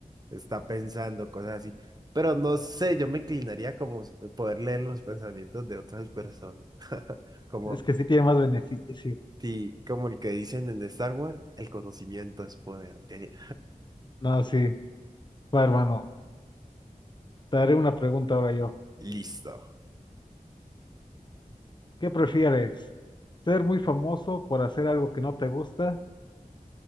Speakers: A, on the right; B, on the left.
A: está pensando, cosas así. Pero no sé, yo me inclinaría como s- poder leer los pensamientos de otras personas, como,
B: Es que sí tiene más beneficio.
A: ti- como el que dicen en Star Wars, el conocimiento es poder. Eh,
B: No, sí. Va, hermano. Te haré una pregunta ahora yo.
A: listo.
B: ¿Qué prefieres? ¿Ser muy famoso por hacer algo que no te gusta